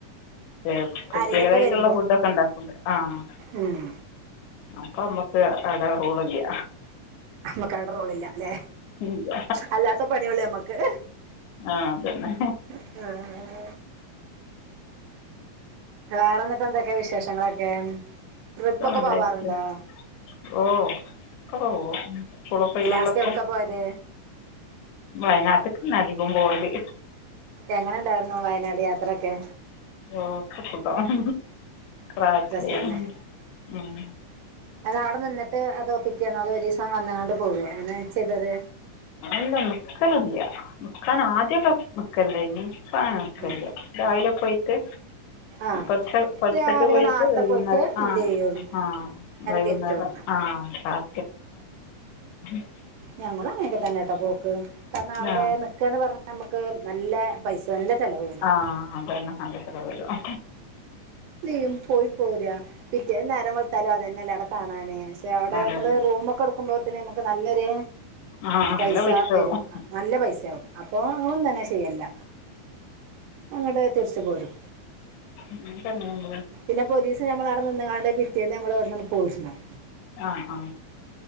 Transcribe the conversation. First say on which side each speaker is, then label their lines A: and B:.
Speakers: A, on the left; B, on the right.
A: ഉം. പ്രത്യേകതായിട്ടുള്ള
B: ആരേലൊക്കെ വരുമ്പോ
A: ഫുഡ് ഒക്കെ ഉണ്ടാക്കുമ്പേആഹ്.
B: ഉം
A: അപ്പ ഞമ്മക്ക് അവിടെ റോളില്ല.
B: നമ്മക്ക് അവിടെ റോളില്ല അല്ലേ
A: ഇല്ല
B: അല്ലാത്ത പണികള് ഞമ്മക്ക്.
A: ആഹ് അതന്നെ.
B: <unintelligible> വേറെ എന്നിട്ട് എന്തൊക്കെയ വിശേഷങ്ങളൊക്കെ ട്രിപ്പ് ഒക്കെ
A: നല്ല
B: പോവാറുണ്ടോ?
A: വിശേഷം ഓ ട്രിപ്പൊക്കെ പോകും സ്കൂളൊക്കെ ഒഴിവുള്ളപ്പം.
B: ലാസ്റ്റ് എവിട്ക്കാ പോയത്
A: വയനാട്ട്ക്ക് അധികം പോവല്.
B: എങ്ങനെ ഉണ്ടായിരുന്നു വയനാട് യാത്രൊക്കെ?
A: ഓക്ക സുഖം റാഹത്തേനി
B: രസല്ലേ
A: ഉം
B: അവിടെ നിന്നിട്ട് അതോ പിറ്റിന്നോ അതോ ഒരീസം വന്നങ്ങണ്ട് പോവ എങ്ങനെ ചെയ്തത്?
A: അല്ല നിക്കലില്ല നിക്കാന് ആദ്യൊക്കെ നിക്കലിണ്ടായിനി ഇപ്പ അങ്ങനെ നിക്കലില്ല.
B: ഉം
A: രാവിലെ പോയിട്ട്
B: ആഹ്
A: പുലർച്ച പുലർച്ചയ്ക്ക്
B: രാവിലെ
A: പോയിട്ട്
B: നാർത്തെ
A: വൈകുന്നേരം
B: പോയിട്ട് എന്തെയ്യും
A: ആഹ് ആഹ് വൈകുന്നേരം
B: തിരിച്ചോട്ന്ന്
A: ആഹ് <unintelligible>
B: ഞങ്ങളും അങ്ങനെയൊക്കെ തന്നൊട്ടാ പോക്ക് കാരണം അവിടെ
A: ആ
B: നിക്കാന്ന് പറഞ്ഞ നമുക്ക് നല്ല പൈസ നല്ല ചെലവ് വരും
A: ആ അത് ന്നെ നല്ല ചെലവ് വരും <inaudible>
B: നീയും പോയി പോരാ പിറ്റേന്ന് നേരം വെള്ത്താല് അതേന്നെയല്ല അവിടെ കാണാന് പക്ഷെ അവിടെ
A: അതന്നെ
B: മ്മള് റൂമൊക്കെ എടുക്ക നക്കുമ്പോത്തിന് നമുക്ക് നല്ലൊരു
A: ആ
B: പൈസ
A: നല്ല
B: വരും
A: ആവും
B: നല്ല പൈസയാകും അപ്പൊ ഞങ്ങളും തന്നെ ചെയ്യല്ല അങ്ങട്തിരിച്ച പോരും
A: <inaudible>
B: പിന്നെപൊരീസം നമ്മൾ അവിടെ നിന്നാണ്ട് പിറ്റേന്ന് നമ്മള് ട്ന്ന് പോര്ണം
A: ആ ആ